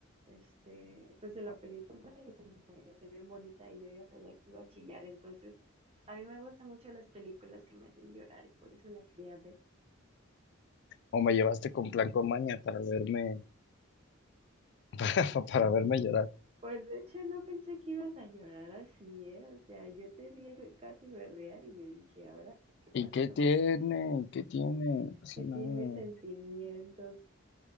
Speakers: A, on the right (about 30°); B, on the left (about 55°).
A: este, pues de la película que se ve bien bonita y yo ya sabía que iba a chillar, entonces a mí me gustan mucho las películas que me hacen llorar y por eso la quería ver.
B: O me llevaste con plan con maña para verme, <laughs> para, para verme llorar.
A: Pues de hecho no pensé que ibas a llorar así, ¿eh? O sea, yo te vi eh, casi berrear y yo dije, ahora pues ¿qué pasó?
B: ¿Y qué tiene? ¿Y qué tiene? No pasa
A: si
B: nada.
A: tiene sentimientos.